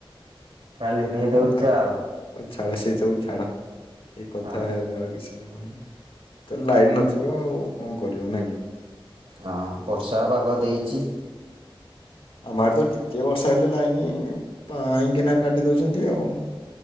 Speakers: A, on the right; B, on the left.
A: କାଲି ଦେଇ
B: ହଁ
A: ଦଉଛ
B: ହଉ ଥାଉ
A: ଆଉ
B: ହଉ ଛାଡ ସେ ସବୁ ଛାଡ଼ ଏ କଥା
A: ହଁ
B: <inaudible> ତ ଲାଇନ୍ ନଥିବ ଆଉ କଣ କରିବ ନାଇଁ କି
A: ହଁ ବର୍ଷା ପାଗ ଦେଇଛି
B: ଆମଆଡେତ ଟିକେ ବର୍ଷା ହେଲେ ଲାଇନି ପାଇଁକିନା କାଟିଦେଉଛନ୍ତି ଆଉ।